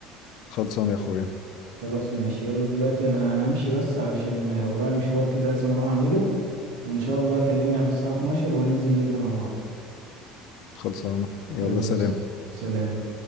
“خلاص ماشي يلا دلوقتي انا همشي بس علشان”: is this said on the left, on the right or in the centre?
Right